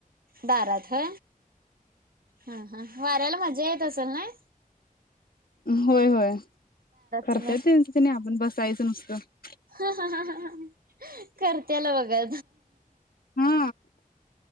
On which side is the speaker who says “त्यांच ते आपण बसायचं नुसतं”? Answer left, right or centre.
Left